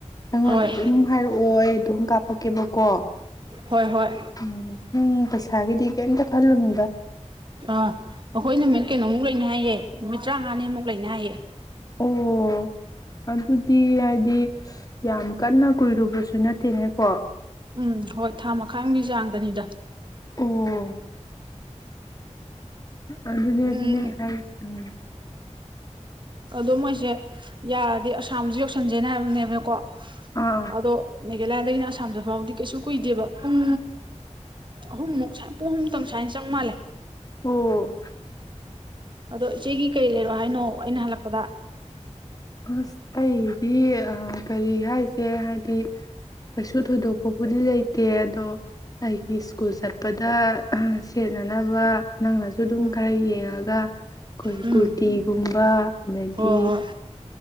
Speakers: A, on the left; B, on the right.
A: ꯑꯩꯉꯣꯟꯗ
B: ꯍꯣꯏ
A: ꯑꯗꯨꯝ ꯍꯥꯏꯔꯛꯑꯣ ꯑꯩ ꯑꯗꯨꯝ ꯀꯥꯞꯄꯛꯀꯦꯕꯀꯣ
B: ꯍꯣꯏ ꯍꯣꯏ
A: ꯎꯝ ꯅꯪ ꯄꯩꯁꯥꯒꯤꯗꯤ ꯀꯩꯝꯇ ꯑꯜꯂꯨꯃꯤꯗ
B: ꯑꯥ ꯑꯩꯈꯣꯏ ꯅꯨꯃꯤꯠ ꯀꯩꯅꯣꯃꯨꯛ ꯂꯩꯅ ꯍꯥꯏꯌꯦ ꯅꯨꯃꯤꯠ ꯇꯔꯥꯃꯉꯥꯅꯤꯃꯨꯛ ꯂꯩꯅ ꯍꯥꯏꯌꯦꯦ
A: ꯑꯣ ꯑꯗꯨꯗꯤ ꯍꯥꯏꯗꯤ ꯌꯥꯝ ꯀꯟꯅ ꯀꯨꯏꯔꯨꯕꯁꯨ ꯅꯠꯇꯦꯅꯦꯀꯣ
B: ꯎꯝ ꯍꯣꯏ ꯊꯥ ꯃꯈꯥꯒꯤ ꯆꯥꯡꯗꯅꯤꯗ
A: ꯎꯝ ꯑꯗꯨꯅꯤ ꯑꯗꯨꯅꯤ
B: ꯎꯝ
A: ꯍꯥꯏ ꯎꯝ
B: ꯑꯣ ꯃꯣꯏꯁꯦ ꯌꯥꯔꯗꯤ ꯑꯁꯥꯝꯁꯨ ꯌꯧꯁꯟꯁꯦꯅ ꯍꯥꯏꯕꯅꯦꯕꯀꯣ
A: ꯑꯥ
B: ꯑꯗꯣ ꯃꯦꯘꯂꯌꯥꯗꯒꯤꯅ ꯑꯁꯥꯝꯗ ꯐꯥꯎꯕꯗꯤ ꯀꯩꯁꯨ ꯀꯨꯏꯗꯦꯕ ꯄꯨꯡ ꯑꯍꯨꯝꯃꯨꯛ ꯁꯨꯥꯏ ꯄꯨꯡ ꯑꯨꯝꯨꯛꯇꯪ ꯁꯨꯃꯥꯏꯅ ꯆꯪ ꯃꯥꯜꯂꯦ
A: ꯑꯣ
B: ꯑꯗꯣ ꯏꯆꯦꯒꯤ ꯀꯔꯤ ꯂꯩꯔꯣ ꯍꯥꯏꯅꯣ ꯑꯩꯅ ꯍꯜꯂꯛꯄꯗ
A: ꯑꯁ ꯑꯩꯗꯤ ꯀꯔꯤ ꯍꯥꯏꯁꯦ ꯍꯥꯏꯗꯤ ꯀꯩꯁꯨ ꯊꯣꯏꯗꯣꯛꯄꯕꯨꯗꯤ ꯂꯩꯇꯦ ꯑꯗꯣ ꯑꯩꯒꯤ ꯁ꯭ꯀꯨꯜ ꯆꯠꯄꯗ ꯁꯦꯠꯅꯅꯕ ꯅꯪꯅꯁꯨ ꯑꯗꯨꯝ
B: ꯎꯝ
A: ꯈꯔ ꯌꯦꯡꯉꯒ <inaudible> ꯑꯩꯈꯣꯏ
B: ꯎꯝ
A: ꯀꯨꯔꯇꯤꯒꯨꯝꯕ ꯑꯗꯒꯤ
B: ꯍꯣꯏ ꯍꯣꯏ